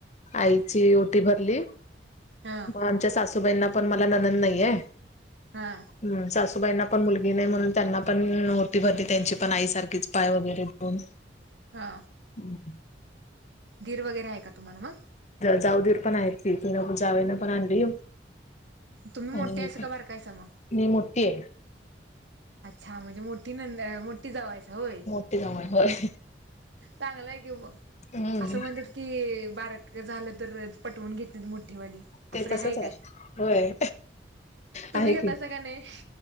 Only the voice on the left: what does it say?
आईची ओटी भरली.
म आमच्या सासूबाईंना पण, मला ननंद नाहीये.
हम्म, सासूबाईंना पण मुलगी नाही. म्हणून त्यांना पण ओटी भरली त्यांची पण. आईसारखीच पाय वगैरे पडून.
हम्म.
जाऊ देर पण आहेती. तीन जावेन पण आणली.
आणि
मी पण
मी मोठीये.
मोठी जावूये होय.
हम्म
ते
तसच
आहे
होय
आहे की